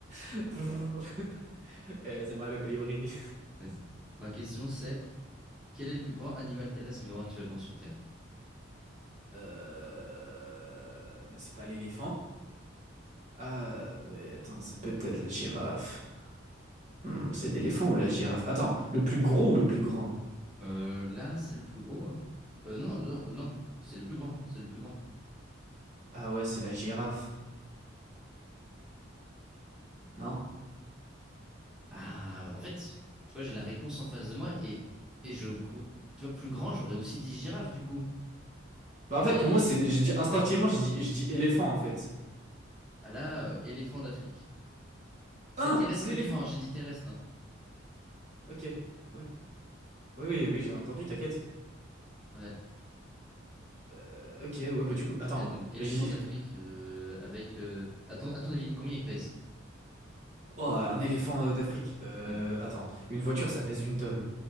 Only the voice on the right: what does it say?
Brrr. Eh, c'est moi le colibri.
Euh... Bah, c'est pas l'éléphant. Ah ouais, attends, c'est peut-être la girafe. Hmm, c'est l'éléphant ou la girafe? Attends, le plus gros ou le plus grand?
Ah ouais, c'est la girafe. Non?
Bah
en fait, pour moi, c'est les- j'ai dit- instinctivement, j'ai dit, je dis éléphant en fait.
Hein,
c'est l'éléphant.
Ok. Ouais. Oui, oui, oui, j'ai entendu, t'inquiète.
Euh, Ok, ouais, bah du coup, attends,
j'ai...
<laughs>
Oh, un éléphant euh, d'Afrique. Euh,
attends, une voiture, ça pèse une tonne.